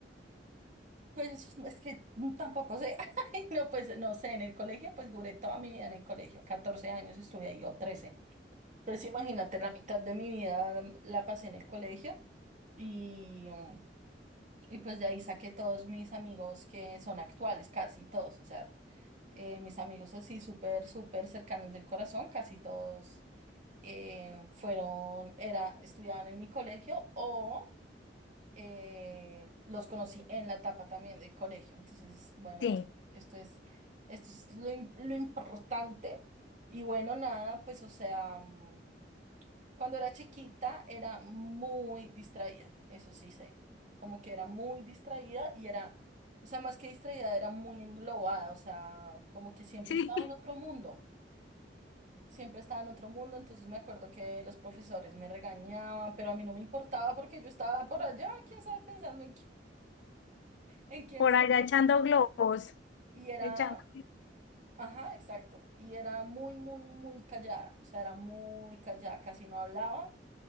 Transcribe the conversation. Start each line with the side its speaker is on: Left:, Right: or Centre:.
Right: Pues es que tampoco sé, <laughs> Ay, no, pues no sé, en el colegio pues duré toda mi vida en el colegio, 14 años estuve ahí o trece Entonces imagínate, la mitad de mi vida mm, la pasé en el colegio y, mm, y pues de ahí saqué todos mis amigos que son actuales, casi todos, o sea, eh, mis amigos así súper, súper cercanos del corazón, casi todos eh, fueron, era, estudiaban en mi colegio o eh, los conocí en la etapa también del colegio. Entonces, bueno,
Left: Sí,
Right: es- esto es, esto es lo, im- lo importante. Y bueno, nada, pues o sea, mm, cuando era chiquita era muy distraída, eso sí sé, como que era muy distraída y era, o sea, más que distraída, era muy englobada, o sea, como que siempre
Left: Sí,
Right: estaba
Left: <laughs>
Right: en otro mundo. Siempre estaba en otro mundo, entonces me acuerdo que los profesores me regañaban, pero a mí no me importaba porque yo estaba por allá, quién sabe, pensando en qué en quién
Left: por
Right: sa-
Left: allá echando globos,
Right: Y era,
Left: echando.
Right: ajá, exacto. Y era muy, muy, muy callada. O sea, era muy callada, casi no hablaba.